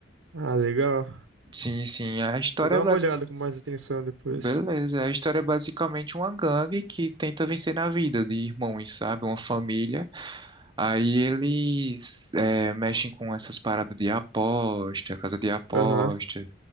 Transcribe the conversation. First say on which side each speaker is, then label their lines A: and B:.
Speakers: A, on the right; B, on the right.
A: Ah, legal.
B: Sim, sim. A história
A: Vou dar
B: é basi-
A: uma olhada com mais atenção depois.
B: Beleza, a história é basicamente uma gangue que tenta vencer na vida de irmãos, sabe? Uma família. Aí eles eh, mexem com essas paradas de aposta, casa de aposta
A: Aham.